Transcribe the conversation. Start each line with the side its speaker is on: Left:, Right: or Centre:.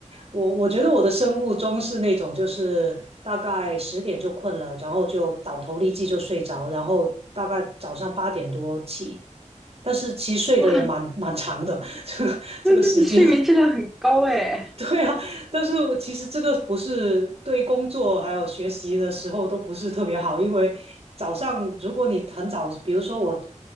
Right: 我我觉得我的生物钟是那种，就是大概十点就困了，然后就倒头立即就睡着，然后大概早上八点多起，但是其实睡得也蛮蛮长的，
Centre: 哇，
Right: <laughs> 这个这个时间，
Centre: 那那你睡眠质量很高哎。
Right: <laughs> 对啊，但是我其实这个不是对工作还有学习的时候都不是特别好，因为早上如果你很早，比如说我，